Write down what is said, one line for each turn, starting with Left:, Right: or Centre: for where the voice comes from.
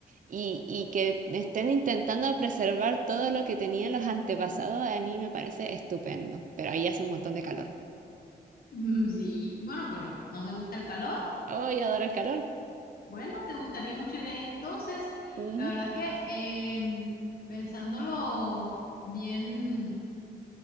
Right: y, y que estén intentando preservar todo lo que tenían los antepasados, a mí me parece estupendo, pero ahí hace un montón de calor.
Left: Mm, Sí, bueno, pero ¿no te gusta el calor?
Right: ¡Ay, adoro el calor!
Left: Bueno, te gustaría mucho ir ahí entonces.
Right: Ujú.
Left: La verdad es que eh, pensándolo bien,